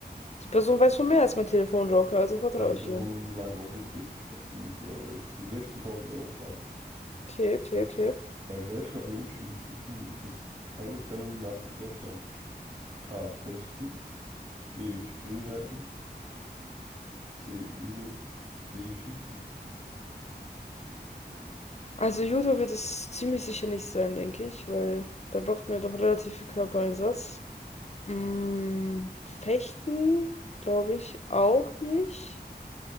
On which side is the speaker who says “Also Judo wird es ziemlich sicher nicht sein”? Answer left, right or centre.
Left